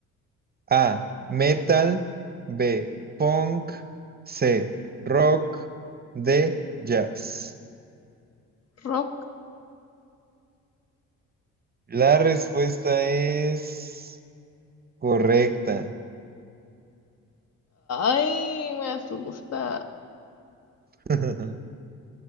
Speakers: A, on the right; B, on the left.
A: A. Metal. B. Punk. C. Rock. D. Jazz.
B: Rock.
A: La respuesta es correcta.
B: Ay, me asusta.
A: <laughs>